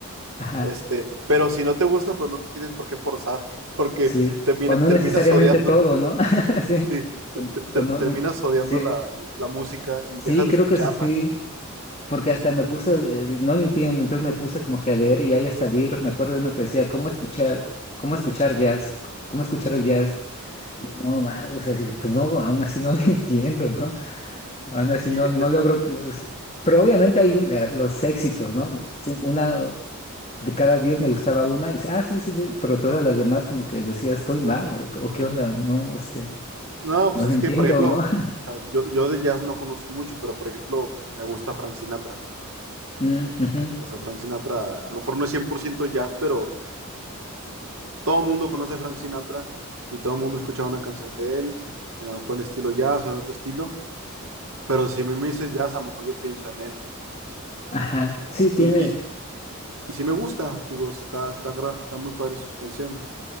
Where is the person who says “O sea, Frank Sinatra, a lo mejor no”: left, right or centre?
Right